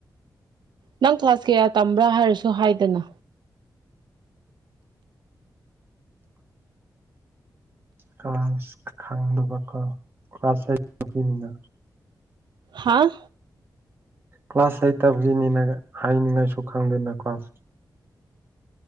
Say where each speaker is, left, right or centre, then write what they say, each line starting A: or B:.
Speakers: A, on the right; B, on the right.
A: ꯅꯪ ꯀ꯭ꯂꯥꯁ ꯀꯌꯥ ꯇꯝꯕ꯭ꯔꯥ ꯍꯥꯏꯔꯁꯨ ꯍꯥꯏꯗꯅ
B: ꯀ꯭ꯂꯥꯁ ꯈꯪꯗꯕꯀꯣ ꯀ꯭ꯂꯥꯁ ꯂꯩꯕꯒꯤꯅꯤꯅ
A: ꯍꯥꯥ
B: ꯀ꯭ꯂꯥꯁ ꯑꯩꯠꯇꯕꯒꯤꯅꯤꯅ ꯍꯥꯏꯅꯤꯡꯉꯥꯏꯁꯨ ꯈꯪꯗꯦꯅ ꯀ꯭ꯂꯥꯁ